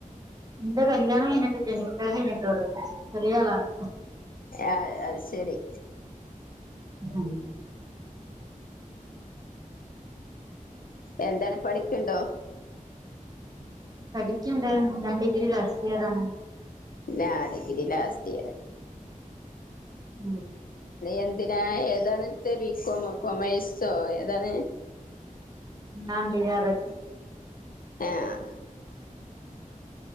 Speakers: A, on the right; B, on the left.
A: ന്റെ കല്യാണം കഴിഞ്ഞിട്ടില്ല നികാഹ് കഴിഞ്ഞിട്ടൊള്ളു ചെറിയ ആളാണ്
B: ആഹ് അത് ശരി
A: ഹം
B: എന്താണ് പഠിക്ക്ണ്ടോ
A: പഠിക്ക്ണ്ട് ഞാൻ ഡിഗ്രി ലാസ്റ്റ് ഇയർ ആണ്
B: ഞാൻ ഡിഗ്രി ലാസ്റ്റ് ഇയർ
A: ഉം
B: എന്തിനാ ഏതാണ് പിക്കോമോ കോമഴസോ ഏതാണ്
A: നന്ദി വാരത്തി
B: ആഹ